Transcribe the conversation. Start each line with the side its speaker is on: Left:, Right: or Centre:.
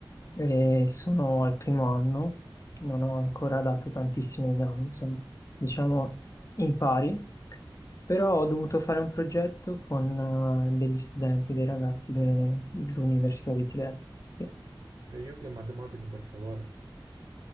Left: e sono al primo anno, non ho ancora dato tantissimi esami, sono diciamo in pari, però ho dovuto fare un progetto con eh, degli studenti, dei ragazzi de- dell'Università di Trieste. Sì.
Right: Mi aiuti a matematica, per favore.